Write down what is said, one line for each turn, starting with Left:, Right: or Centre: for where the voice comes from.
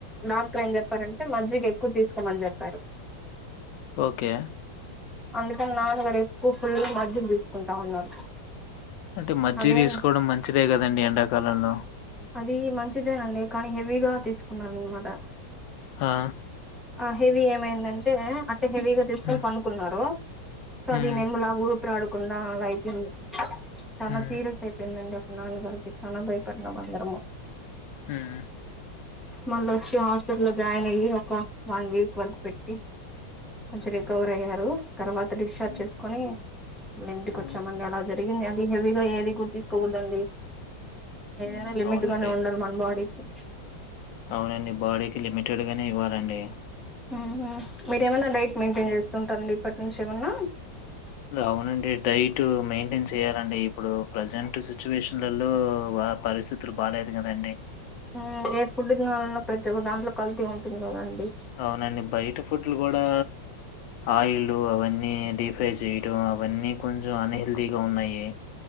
Centre: డాక్టర్ ఏం చెప్పారంటే మజ్జిగా ఎక్కువ తీసుకోమని చెప్పారు
Left: ఓకే
Centre: అందు నానా గారు ఎక్కువ ఫుల్ గా మజ్జిగ తీసుకుంటా ఉన్నారు
Left: అంటే మజ్జి
Centre: అదేం
Left: తీసుకోవడం మంచిదే కదండి ఎండాకాలంలో
Centre: అది మంచిదేనండి కానీ హెవీగా తీసుకున్నారన్నమాట
Left: ఆ!
Centre: ఆ హెవి ఏమైందంటే హెవీగా తీసుకని
Left: హ్మ్.
Centre: పడుకున్నారు సో
Left: హ్మ్.
Centre: అది నెమ్మల ఊపిరి రా కుండా అలా అయిపోయింది చాలా
Left: హ్మ్.
Centre: సీరియస్ అయిపోయిందండి నాన్నగారికి చాలా భయపడినాం అందరము
Left: హ్మ్.
Centre: మళ్ళ వచ్చి హాస్పిటల్ లో జాయిన్ అయ్యి ఒక వన్ వీక్ వరకు పెట్టి కొంచం
Left: హ్మ్.
Centre: రికవర్ అయ్యారు తర్వాత డిశ్చార్జ్
Left: హ్మ్.
Centre: చేసుకని ఇంటికి
Left: హ్మ్.
Centre: వచ్చాం అండి అలాగే జరిగింది అది హెవీగా ఏది గూడా తీసుకోకూడదండి
Left: హ్మ్.
Centre: ఏదైనా లిమిట్
Left: అవునండి.
Centre: గానే ఉండాలి మన బాడీకి
Left: అవునండి బాడీకి లిమిటెడ్ గానే ఇవ్వాలండి
Centre: హ్మ్మ్ మీరేమన్నా డైట్ మెయింటైన్ చేస్తుంటారండి ఇప్పటి నుంచి ఏమన్నా
Left: అవునండి డైట్ మెయింటైన్ చేయాలండి ఇప్పుడు ప్రజెంట్ సిచ్యువేషన్లలో పరిస్థితులు బాగాలేదు కదండి
Centre: ఉమ్ ఏ ఫుడ్ తినలన్న ప్రతి ఒక్క దాంట్లో కల్తీ ఉంటుంది కదా అండి
Left: అవునండి బయట గుడ్లో కూడా ఆయిల్ అవన్నీ ట్రైచెయ్ అవన్నీ కొంచ్ దో అన్హెల్త్తీగా ఉన్నాయి